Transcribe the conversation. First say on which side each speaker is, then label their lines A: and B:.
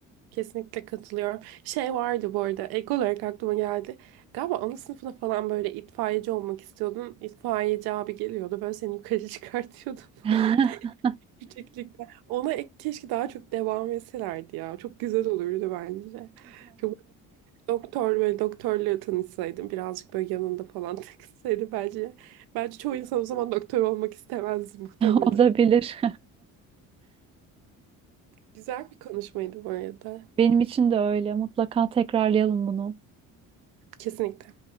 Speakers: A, on the right; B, on the right.
A: Kesinlikle katılıyorum. Şey vardı bu arada ek olarak aklıma geldi. Galiba ana sınıfında falan böyle itfaiyeci olmak istiyordun. İtfaiyeci abi geliyordu böyle seni yukarı çıkartıyordu <laughs> falan.
B: <laughs>
A: Yükseklikten. Ona ek, keşke daha çok devam etselerdi ya. Çok güzel olurdu bence. Çok Doktor böyle doktorla tanışsaydım birazcık böyle yanında falan <laughs> takılsaydı bence. Bence çoğu insan o zaman doktor olmak istemezdi muhtemelen.
B: Olabilir.
A: Güzel bir konuşmaydı bu arada.
B: <laughs> Benim için de öyle. Mutlaka tekrarlayalım bunu.
A: Kesinlikle.